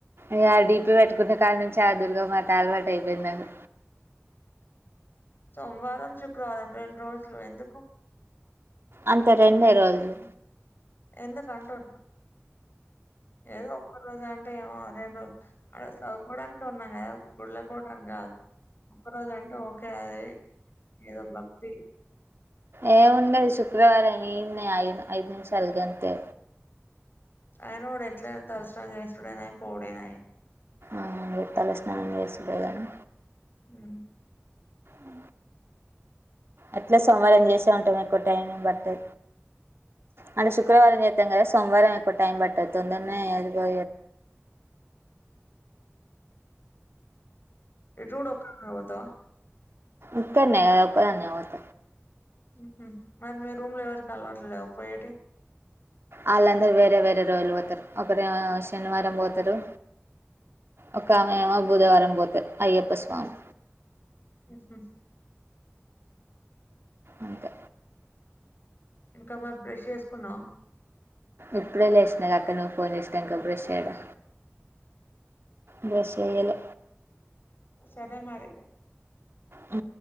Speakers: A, on the right; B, on the left.
A: ఇగ ఆ డీపి పెట్టుకున్న కానీ నేను చాలా దూరుగా మ తల్వాటు అయిపోయింది నాను
B: సోమవారం, శుక్రవారం రెండు రోజులు ఎందుకు?
A: అంతే రెండే రోజులు
B: ఎందుకుంటున్నా ఏదో ఒక్క రోజు అంటే ఏమో రెండు అడ చదువుకోవడానినికి ఉన్నా కదా గుళ్ళకోవడానికి కాదు. ఒక్కరోజు అంటే ఓకే అది ఏదో భక్తి
A: ఏముండదు శుక్రవారం ఇడనే ఐదు ఐదు నిమిషాలు గంతే
B: ఆయన కూడా ఎట్లనా తలస్నానం చేస్తడేనాయి, పోడేనాయి
A: ఆ తల స్నానం చేసిండేగాను
B: ఉ
A: అ అట్లే సోమవారం చేసే ఉంటాం ఎక్కువ టైం బట్టి అంటే శుక్రవారం చే ఇదం కద సోమవారం ఎక్కువ టైమ్ పట్టేన్ తొందరనే ఎల్లిపో
B: ఇటు చూడు ఒక్కన్నే పోతావా?
A: ఇక్కన్నే నే ఒక్క దాన్నే పోత
B: ఉహు మరి మీరు రూమ్ లో ఎవరికి అలవట్లేవా పోయేటి?
A: ఆళ్ళందరూ వేరే వేరే రోజులు పోతారు ఒకరు శనివారం పోతారు. ఒకమేమో బుధవారం పోతది అయ్యప్ప స్వామి
B: ఎస్ ఎస్
A: అంతే
B: ఇంకా మరి బ్రష్ చేసుకున్నా
A: ఇప్పుడే లేసినా అక్క నువ్వు ఫోన్ చేసినంకా ఇగ బ్రష్ యేడా బ్రష్ ఏయ్యాలె
B: సరే మరి
A: హ్